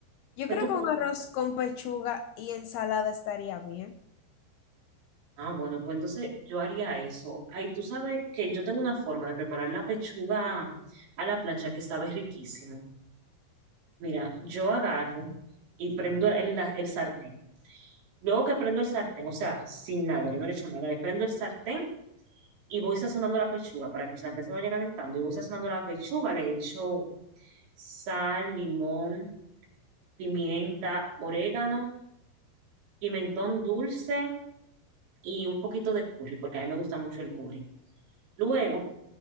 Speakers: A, on the left (about 75°); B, on the right (about 75°).
A: Yo
B: ¿Qué
A: creo
B: tú
A: que
B: me
A: un
B: recomiendas?
A: arroz con pechuga y ensalada estaría bien.
B: Ah, bueno, pues entonces yo haría eso. Ay, tú sabes que yo tengo una forma de preparar la pechuga a la plancha que sabe riquísima. Mira, yo agarro y prendo el, la- el sartén. Luego que prendo el sartén, o sea, sin nada, yo no le echo nada, le prendo el sartén y voy sazonando la pechuga para que el sartén se vaya calentando. Y voy sazonando la pechuga, le echo sal, limón, pimienta, orégano, pimentón dulce y un poquito de curry, porque a mí me gusta mucho el curry. Luego